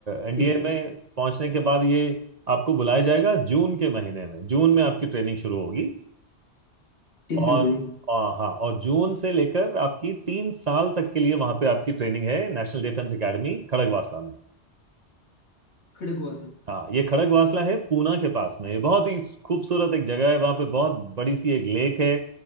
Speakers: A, on the right; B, on the left.
A: एनडीए
B: ठीक है
A: में पहुंचने के बाद ये आपको बुलाया जाएगा जून के महीने में जून में आपकी ट्रेनिंग शुरू होगी
B: ठीक
A: और
B: है अंकल जी
A: अ, हाँ और जून से लेकर आपकी तीन साल तक के लिए वहां पे आपकी ट्रेनिंग है नेशनल डिफेंस एकेडमी खड़गवासला में
B: खड़क हुआ सर
A: हाँ ये खड़गवासला है पूना के पास में ये बहुत ही खूबसूरत एक जगह है वहां पे बहुत बड़ी सी एक लेक है